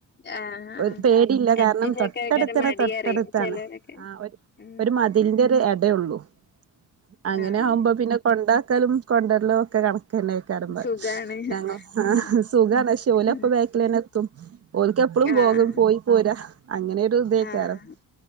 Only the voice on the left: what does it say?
ആഹ് ആഹ്
എടുത്തില്ലേക്കാര
മടി
അറിയും
ചിലരൊക്കെ
ഉം
ആഹ്
സുഖാണ്
ഉം
ഉം
ആഹ്
ആഹ്